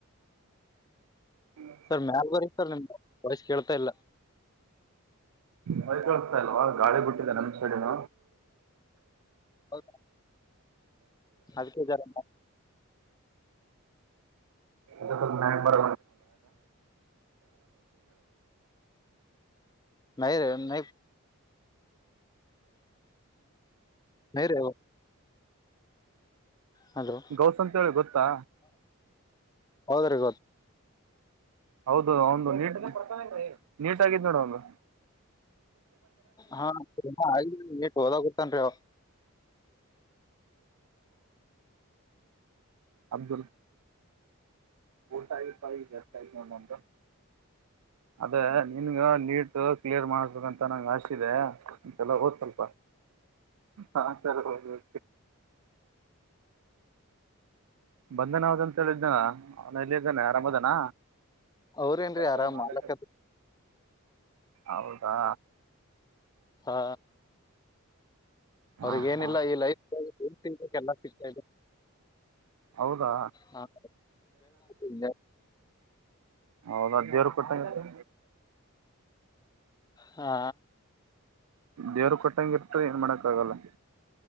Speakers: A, on the right; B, on the left.
A: ಹ್ಞ
B: ಸರ್ ಮ್ಯಾಲ ಬರಿ ಸರ್ ನಿಮ್ದ ವಯಸ್ ಕೇಳ್ತಾ ಇಲ್ಲ
A: ಬೈ ಕಳಸ್ತಾ ಇಲ್ವಾ ಗಾಳಿ ಬಿಟ್ಟಿದೆ ನಮ್ ಸೈಡಿನ
B: ಹೌ ಅದಕ್ಕೆ ಜರ
A: ಅ ನಕ್ ಬರ
B: ನ ರ ನ ರವ ಹೋ
A: ಗೌಸ್ ಅಂತ ಹೇಳಿ ಗೊತ್ತಾ
B: ಹೌದ್ರೀ ಗತ್ತು
A: ಹೌದು ಒಂದು ನೀಟ್ ನೀಟ್ ಆಗಿದ್ ನೋಡ ಒಂದು
B: ಹಾ ಹಾಗ ಏ ಹೋದ ಗೊತ್ತನ್ೀ ಅವ
A: ಅಬ ಊಟ ಆಯತ ಜಾಸ್ತಿ ಆಯ್ತು ಅದೇ ನಿನ್ಗ ನೀ ಕ್ಲಿಯರ್ ಮಾಡ್ಬೇಕಂತ ನಂಗೆ ಆಸೆ ಇದೆ ಅಂತೆಲ್ಲ ಓದ್ಲ್ ಹಾ ಸರ್ ಹದುೆ ಬಂದನ ಅವದಂತ ಹೇಳಿದ್ದನ ಅವನ ಇಲ್ಲಿ ಹಗಾನೆ ಆರಾಮ್ ಅದಾನ
B: ಅವ್ರೇನ್ರಿ ಆರಾಮ್
A: ರಾಮ
B: ಮಾಲಕ
A: ಹೌದಾ
B: ಹಾ
A: ಹಾ
B: ಅವ್ರಗ ಏನಿಲ್ಲ
A: ಹಾ
B: ಈ ಲೈಫ್ ಏನ್ ತಿನ್ಬೇಕ ಎಲ್ಲ ಸಿಗ್ತ
A: ಹೌದಾ
B: ಹ ಎಲ್ಲ
A: ಹೌದ ಅದೇವರು ಕೊಟ್ಟಂಗಂತೆ
B: ಹಾ
A: ದೇವರು ಕೊಟ್ಟಂಗ ಇರ್ತ ಏನ್ ಮಾಡಕ್ ಆಗಲ್ಲ